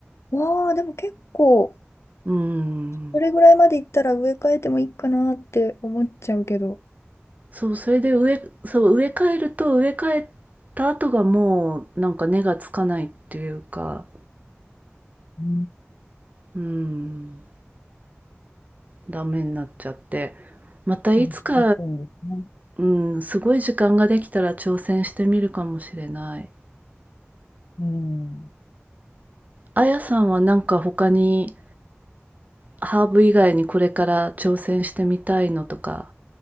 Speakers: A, on the left; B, on the right.
A: わあ、でも結構、
B: うん。
A: これぐらいまでいったら植え替えてもいいかなって思っちゃうけど。
B: そう、それで植えそう、植え替えると、植え替えた後がもう、なんか根がつかないっていうか、
A: うん、
B: うん、ダメになっちゃって。またいつか
A: 難しいんですね。
B: うん、すごい時間ができたら挑戦してみるかもしれない。
A: うん。
B: あやさんはなんか他にハーブ以外にこれから挑戦してみたいのとか